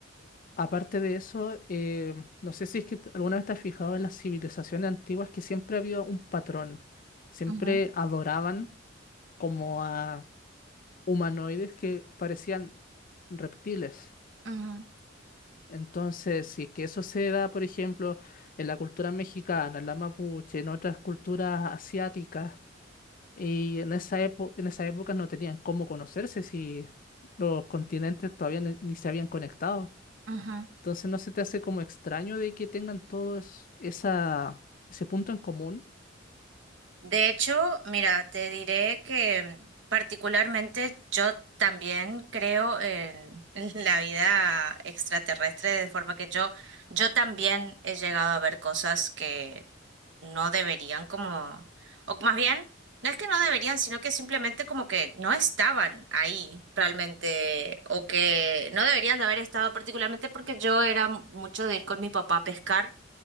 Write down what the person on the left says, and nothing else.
aparte de eso, eh, no sé si es que t- alguna vez te has fijado en las civilizaciones antiguas que siempre había un patrón. Siempre
adoraban como a humanoides que parecían reptiles.
Entonces, si es que eso se da, por ejemplo, en la cultura mexicana, en la mapuche, en otras culturas asiáticas, y en esa época, en esa época no tenían cómo conocerse si los continentes todavía ni, ni se habían conectado.
Entonces, ¿no se te hace como extraño de que tengan todos esa, ese punto en común?